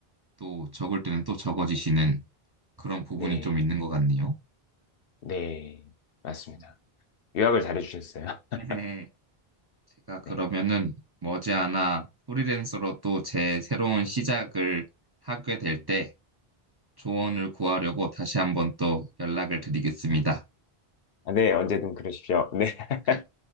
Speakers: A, on the right; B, on the left.
A: 또 적을 때는 또 적어지시는 그런 부분이
B: 네.
A: 좀 있는 것 같네요.
B: 네. 맞습니다.
A: 음.
B: 요약을 잘해주셨어요. <laughs>
A: 네. 제가 그러면은
B: 네.
A: 머지않아 프리랜서로 또 제 새로운 시작을 하게 될 때 조언을 구하려고 다시 한번 또 연락을 드리겠습니다.
B: 아, 네. 언제든 그러십시오. 네. <laughs>
A: 네.